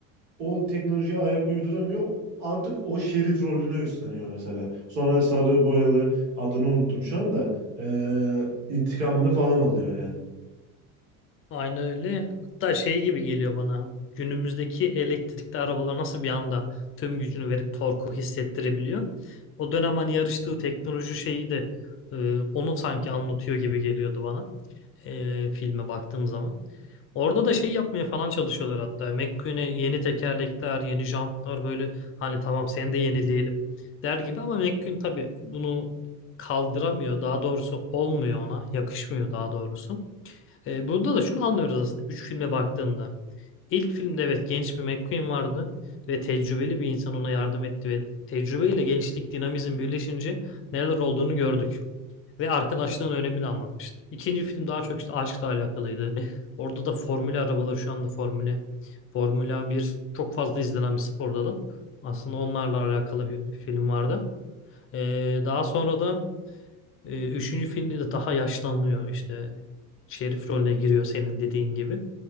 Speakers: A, on the right; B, on the left.
A: o teknolojiye ayak uyduramıyor. Artık o şerif rolüne üstleniyor mesela. Sonra sarı boyalı adını unuttum şu anda. Ee, intikamını falan alıyor yani.
B: Aynı öyle. Hatta şey gibi geliyor bana. Günümüzdeki elektrikli arabalar nasıl bir anda tüm gücünü verip torku hissettirebiliyor. O dönem hani yarıştığı teknoloji şeyi de e, onu sanki anlatıyor gibi geliyordu bana e, filme baktığım zaman. Orada da şey yapmaya falan çalışıyorlar hatta. McQueen'e yeni tekerlekler, yeni jantlar böyle hani tamam seni de yenileyelim der gibi ama McQueen tabii bunu kaldıramıyor. Daha doğrusu olmuyor ona, yakışmıyor daha doğrusu. E, burada da şunu anlıyoruz aslında üç filme baktığında. İlk filmde evet genç bir McQueen vardı ve tecrübeli bir insan ona yardım etti ve tecrübeyle gençlik dinamizm birleşince neler olduğunu gördük ve arkadaşlığın önemini anlatmıştı. İkinci film daha çok işte aşkla alakalıydı. <laughs> Orada da formül arabaları şu anda formüle Formula bir çok fazla izlenen bir spor dalı. Aslında onlarla alakalı bir film vardı. E, daha sonra da e, üçüncü filmde de daha yaşlanıyor işte şerif rolüne giriyor senin dediğin gibi.